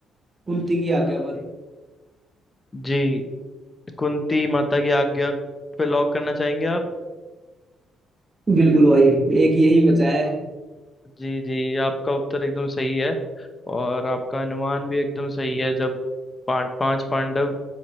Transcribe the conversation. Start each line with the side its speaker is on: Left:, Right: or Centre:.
Right: कुंती की आज्ञा पर
Left: जी कुंती माता की आज्ञा पे लॉक करना चाहेंगे आप
Right: बिल्कुल भाई एक यही बचा है
Left: जी जी आपका उत्तर एकदम सही है और आपका अनुमान भी एकदम सही है जब पां, पांच पांडव